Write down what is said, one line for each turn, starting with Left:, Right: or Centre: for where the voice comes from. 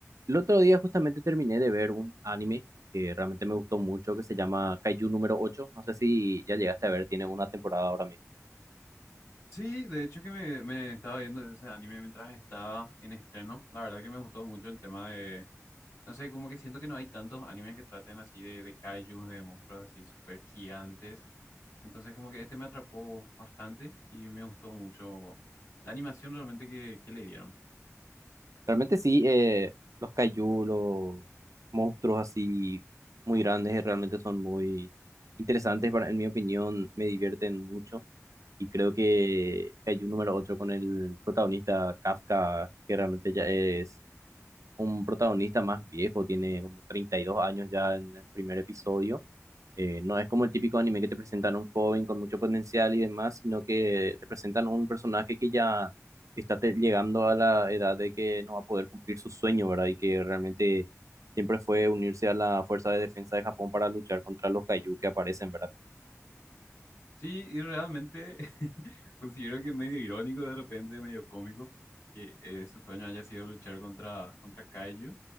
Right: El otro día justamente terminé de ver un anime que realmente me gustó mucho, que se llama Kaiju número ocho. No sé si ya llegaste a ver, tiene una temporada ahora mismo.
Left: Sí, de hecho que me, me estaba viendo ese anime mientras estaba en estreno. La verdad que me gustó mucho el tema de, no sé, como que siento que no hay tantos animes que traten así de, de kaijus, de monstruos así súper gigantes. Entonces como que este me atrapó bastante y me gustó mucho la animación realmente que, que le dieron.
Right: Realmente sí, eh, los Kaiju, los monstruos así muy grandes, eh, realmente son muy interesantes, para, en mi opinión, me divierten mucho. Y creo que Kaiju número ocho con el protagonista Kafka, que realmente ya es un protagonista más viejo, tiene como 32 años ya en el primer episodio Eh, no es como el típico anime que te presentan a un joven con mucho potencial y demás, sino que te presentan un personaje que ya está te- llegando a la edad de que no va a poder cumplir su sueño, ¿verdad? Y que realmente siempre fue unirse a la Fuerza de Defensa de Japón para luchar contra los Kaiju que aparecen, ¿verdad?
Left: Sí, y realmente <laughs> considero que es medio irónico de repente, medio cómico, que eh, su sueño haya sido luchar contra, contra kaiju.